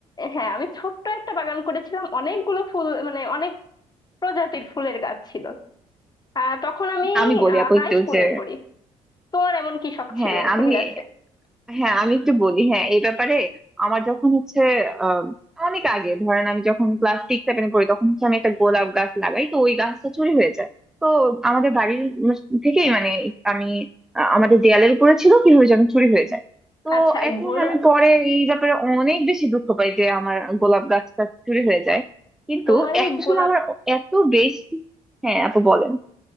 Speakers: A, on the left (about 25°); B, in the centre.
A: হ্যাঁ আমি ছোট্ট একটা বাগান করেছিলাম অনেকগুলো ফুল মানে অনেক প্রজাতির ফুলের গাছ ছিল আহ, তখন আমি
B: আমি বলি আপু
A: হাই
B: একটু
A: স্কুলে
B: যে
A: পড়ি তোমার এমন কি শখ ছিল
B: হ্যাঁ আমি
A: ফুল গাছের
B: হ্যাঁ আমি একটু বলি হ্যাঁ এই ব্যাপারে আমার যখন হচ্ছে আম, অনেক আগে ধরেন আমি যখন ক্লাস সিক্স সেভেনে পড়ি তখন হচ্ছে আমি একটা গোলাপ গাছ লাগাই তো ওই গাছটা চুরি হয়ে যায় তো আমাদের বাড়ির উম থেকেই মানে আমি আ, আমাদের দেয়ালের উপরে ছিল কিভাবে যেন
A: হুম।
B: চুরি হয়ে যায় তো
A: আচ্ছা এই
B: এখন
A: গোল
B: আমি পরে এই ব্যাপারে অনেক বেশি দুঃখ পাই যে আমার গোলাপ গাছটা চুরি হয়ে যায় কিন্তু
A: তোমার এই
B: একটা
A: গোলাপ
B: সময় আমার এত বেশি হ্যাঁ আপু বলেন